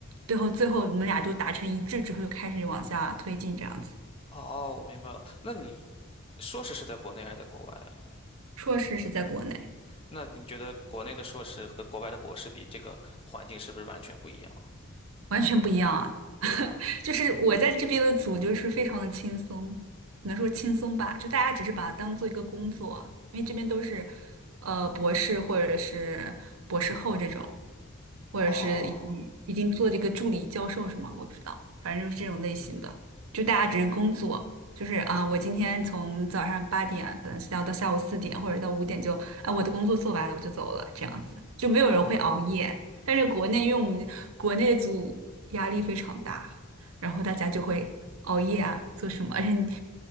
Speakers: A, on the right; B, on the left.
A: 最后最后我们俩就达成一致之后，就开始往下推进这样子。
B: 哦，我明白了。那你硕士是在国内还是在国外啊？
A: 硕士是在国内。
B: 那你觉得国内的硕士和国外的博士比，这个环境是不是完全不一样？
A: 完全不一样啊！<laughs> 就是我在这边的组就是非常的轻松，只能说轻松吧，就大家只是把它当做一个工作，因为这边都是呃博士或者是博士后这种，或者是已经已经做这个助理教授什么，
B: 哦，
A: 我不知道，反正就是这种类型的，就大家只是工作。就是啊，我今天从早上八点可能是要到下午四点或者到五点就，啊，我的工作做完了我就走了，这样子就没有人会熬夜。但是国内，因为我们国内组压力非常大，然后大家就会熬夜啊，做什么，而且你